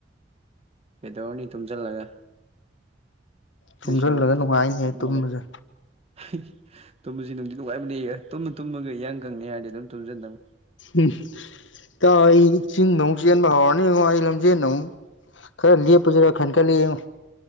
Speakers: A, on the right (about 35°); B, on the left (about 90°).
A: ꯀꯩꯗꯧꯅꯤ ꯇꯨꯝꯖꯜꯂꯒ
B: ꯇꯨꯝꯁꯤꯜꯂꯒ
A: ꯑꯗꯨꯏ ꯁꯔꯨꯛ
B: ꯅꯨꯡꯉꯥꯏꯅꯦ
A: ꯐꯝꯃ
B: ꯇꯨꯝꯕꯁꯦ
A: ꯂꯩꯌꯨ <unintelligible> ꯇꯨꯝꯕꯖꯤ ꯅꯨꯡꯗꯤ ꯅꯨꯡꯉꯥꯏꯕꯅꯦ ꯇꯨꯝꯃ ꯇꯨꯝꯃꯒ ꯌꯥꯡ ꯀꯪꯅꯤ ꯍꯥꯏꯔꯗꯤ ꯑꯗꯨꯝ ꯇꯨꯝꯖꯤꯟꯗꯧꯅꯤ
B: ꯎꯝ <unintelligible> ꯑꯩ ꯆꯤꯡꯗ ꯑꯃꯨꯛ ꯆꯦꯟꯕ ꯍꯧꯔꯅꯤꯉꯣ ꯑꯩ ꯂꯝꯖꯦꯟ ꯑꯃꯨꯛ ꯈꯔ ꯂꯦꯞꯄꯖꯤꯔ ꯈꯟꯀꯠꯂꯛꯑꯦꯉꯣ